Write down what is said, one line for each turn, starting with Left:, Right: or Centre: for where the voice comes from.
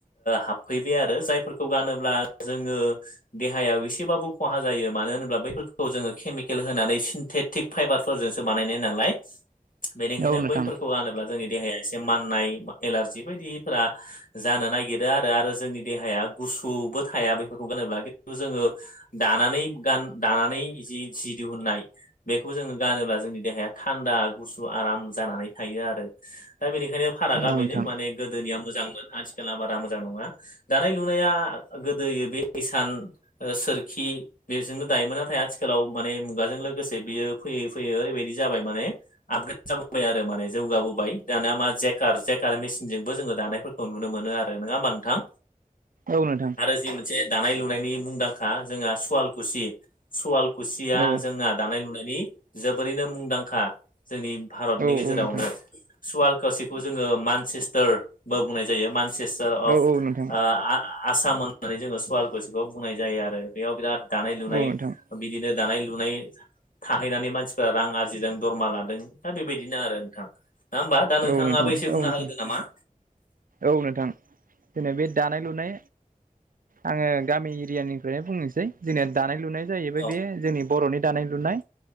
Left: हाबफै बे आरो जायफोरखौ गानोब्ला जोङो देहायाव एसेबाबो खहा जायो मानो होनोब्ला बैफोरखौ जोङो केमिकेल होनानै सिन्थेट थिग फाइबारफोरजोंसो बानायनाय नालाय बेनिखायनो
Right: औ नोंथां
Left: बैफोरखौ गानोब्ला जोंनि देहाया एसे माननाय एलारजि बायदिफोरा जानो नागिरो आरो आरो जोंनि देहाया गुसुबो थाया बेफोरखौ गानोब्ला खिन्थु जोङो दानानै गान दानानै जि जि दिहुननाय बेखौ जोङो गानोब्ला जोंनि देहाया थान्दा गुसु आराम जानानै थायो आरो दा बेनिखायनो फारागा
Right: औ
Left: बेनो
Right: नोंथां
Left: माने गोदोनिया मोजांमोन आथिखला बारा मोजां नङा दानाय लुनाया गोदोयो बे इसान सोरखि बेजोंनो दायोमोन नाथाय आथिखालाव माने मुगाजों लोगोसे बियो फैयै फैयै ओरैबायदि जाबाय माने आपग्रेड जाबोबाय आरो माने जौगाबोबाय दानया मा जेक जेकार मेसिनजोंबो जोङो दानायफोरखौ खौ नुनो मोनो आरो नङा होमबा नोंथां।
Right: औ नोंथां
Left: आरो जि मोनसे दानाय-लुनायनि मुंदांखा जोंहा सुवालकुसि सवाल खुसिया
Right: औ
Left: जोंहा दानाय-लुनायनि जोबोरैनो मुंदांखा जोंनि भारतनि
Right: औ
Left: गेजेरावनो
Right: नोंथां
Left: सुवाल कावसिखौ जोङो मानसेस्टार बो बुंनाय जायो मानसेस्टार अफ
Right: औ औ नोंथां
Left: आ आ-आसामोन होननानै जोङो सवालखुसिखौ बुंनाय जायो आरो बेयाव बिराद दानाय-लुनाय
Right: औ नोंथां औ नोंथां
Left: बिदिनो दानाय लुनाय थाहैनानै मानसिफ्रा रां आरजिदों दरमा लादों दा बेबायदिनो आरो नोंथां ना होमबा नोंथाङाबो
Right: औ नोंथां
Left: एसे बुंनो हादो नामा
Right: औ नोंथां। दिनै बे दानाय लुनाय आङो गामि एरियानिफ्रायनो बुंनोसै जोंना दानाय-लुनाय जाहैबाय
Left: औ
Right: बे जोंनि बर'नि दानाय-लुनाय